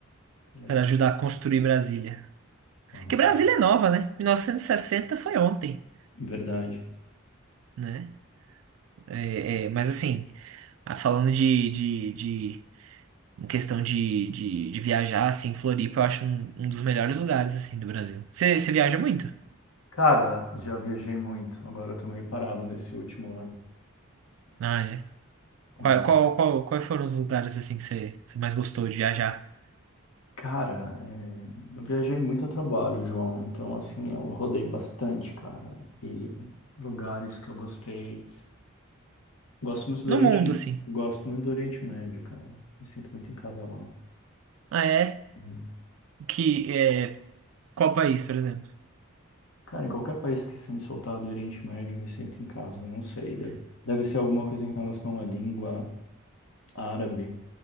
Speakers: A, on the left; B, on the right.
A: que legal.
B: para ajudar a construir Brasília.
A: Olha
B: Que Brasília
A: só.
B: é nova, né? 1960 foi ontem,
A: Verdade.
B: né? É, é, mas assim, ah, falando de, de, de em questão de, de, de viajar, assim, Floripa eu acho um, um dos melhores lugares, assim, do Brasil. Você você viaja muito?
A: Cara, já viajei muito. Agora eu tô meio parado nesse último ano.
B: Ah, é? Qual,
A: Hum.
B: qual, qual, quais foram os lugares assim que você, você mais gostou de viajar?
A: Cara, é, eu viajei muito a trabalho, João. Então, assim, eu rodei bastante, cara. E lugares que eu gostei. Gosto muito do
B: No
A: Oriente,
B: mundo, assim.
A: gosto muito do Oriente Médio, cara. Me sinto muito em casa lá.
B: Ah, é?
A: Uhum.
B: Que, é, qual país, por exemplo?
A: Cara, em qualquer país que você me soltar do Oriente Médio, eu me sinto em casa. Não sei, deve, deve ser alguma coisa em relação à língua árabe